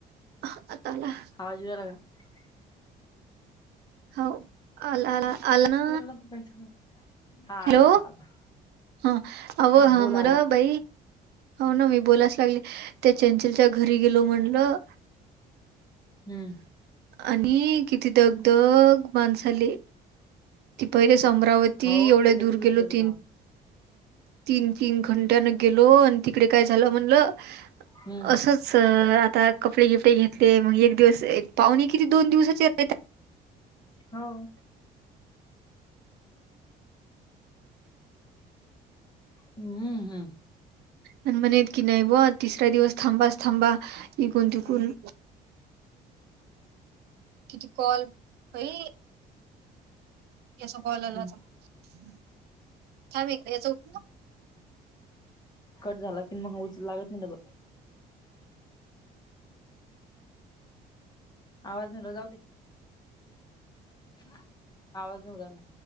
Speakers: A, on the right; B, on the left.
A: आता आला
B: हवाजग्या ला का <unintelligible>
A: हो आला आल ना
B: <unintelligible> हा
A: हॅलो
B: आला आला आला
A: हा अ
B: बोल
A: हा मेरा
B: आला
A: भाई हो ना मी बोलायच लागली त्या चंचलच्या घरी गेलो म्हणलं.
B: हम्म
A: आणि किती दगधग माणसाले ती पहिले अमरावती
B: हो
A: एवढ्या
B: ते लय
A: दूर
B: दूरचच
A: गेलो तीन
B: गाव
A: तीन तीन घंट्याने गेलो आणि तिकडे काय झालं म्हणलं
B: हम्म
A: असंच स आता कपडे गिफ्ट घेतले मग एक दिवस पाहुणे किती दोन दिवसाचे राहतं
B: हो हम्म हम्म
A: आणि मन येत की नाहीय बो तिसरा दिवस थांबाच थांबा इकून तुघून
B: ह
A: किती कॉल बाई जस कॉलला
B: हम्म.
A: <unintelligible> वेगळा याचा उप <unintelligible>
B: कट झाला की मग उचला लागतं नाही डबल आवाज निरला जाऊ दे. आ आवाज निवरायला.